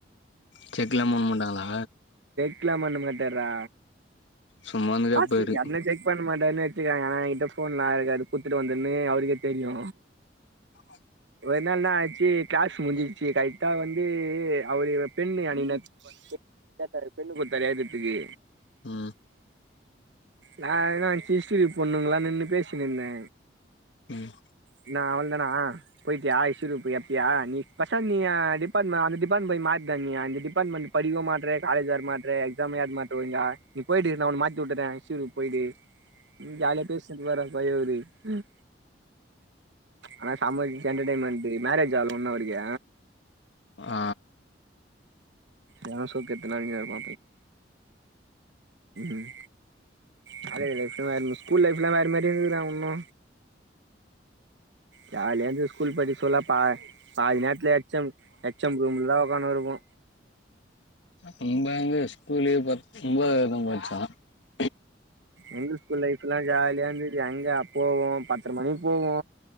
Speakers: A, on the left; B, on the right.
A: செக்லா மோன் மொன்ட்டாங்களா
B: க் லா மண்ண மாட்டார்ரா
A: சும்மா வந்து கேப்பாரு
B: பாஸு என்ன செக் பண்ண மாட் டர்னு வெச்சிக்கோங்கல ஏ கிட்ட ஃபோன்னா அழகாது குத்துட்டு வந்துன்னு அவுருக்கே தெரியு
A: ஆம
B: ஒரு நாள் இன்னா ஆச்சு க்ளாஸ் முஞ்சிச்சு கரெக்டா வந்து அவுருய பென்னு அனிக்தா <unintelligible> கேட்டாரு பென்னு குத்தரு எழ்துற்துக்கு
A: ம்
B: நா இனா இஸ்ட்ரி க்ரூப் பொண்ணுங்ளான் நின்னு பேசினிந்தே
A: ம்
B: இன்னா அவள்தானா போய்ட்டியா இஸ்ட்ரி ரூப்பு எப்பியா நீ பெசம் நீ ய டிபார்ட்ம அந்த டிபார்ட்மெண் மாரி த நீ அந்த டிபார்ட்மென்ட் படிக்வு மாட்ற காலேஜ் வர மாட்ற எக்ஸாமு எழ்த் மாட்ற ஒழுங்கா நீ போய்டு நா உன்ன மாத் தி வுட்டுற ஹிஸ்ட்ரி க்ரூப் போய்டு ம் ஜாலியா பேஸ்னிப்பாரு <unintelligible> ம் ஆனா சம எண்டர்டெயின்மெண்டு மேரேஜ் ஆவ்ல இன்னு அவருக்கு
A: அ
B: எனக் சோக்கெத்தனா <unintelligible> ம் ம் காலேஜ் லைஃபு வேற ஸ்கூல் லைஃப்லா வேற மாரி இருந்துதா டா உன்னு ஜாலியா இருந்துது ஸ்கூல் படிக் சொல்லோ பா பாதி நேர்த்துல எச் எம் எச் எம் ரூம்ல தா உகானு இருப்போ
A: நம்ப எங்க ஸ்கூலே பத் உம்பதாத் வர்க்தா பச்ச
B: எங்கிள் ஸ்கூல் லைஃபுல்லா ஜாலியா இருந்துது எங்க போவோ பத்ர மணிக் போவோ